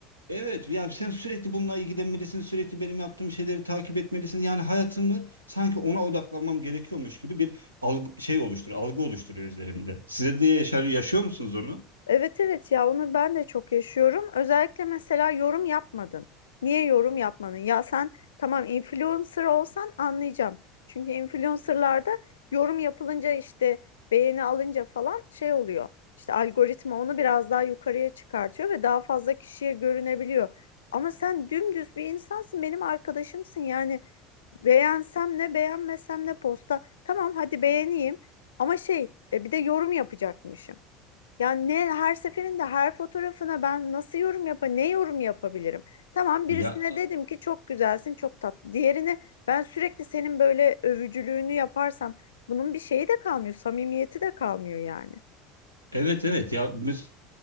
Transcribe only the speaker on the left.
Evet evet ya onu ben de çok yaşıyorum. Özellikle mesela yorum yapmadın. Niye yorum yapmadın? Ya sen tamam influencer olsan anlayacağım. Çünkü influencerlarda yorum yapılınca işte beğeni alınca falan şey oluyor. İşte algoritma onu biraz daha yukarıya çıkartıyor ve daha fazla kişiye görünebiliyor. Ama sen dümdüz bir insansın, benim arkadaşımsın. Yani beğensem ne beğenmesem ne posta. Tamam hadi beğeneyim ama şey e, bir de yorum yapacakmışım. Ya ne her seferinde her fotoğrafına ben nasıl yorum yapa ne yorum yapabilirim? Tamam
birisine dedim ki çok güzelsin, çok tatlı. Diğerine ben sürekli senin böyle övücülüğünü yaparsam bunun bir şeyi de kalmıyor, samimiyeti de kalmıyor yani.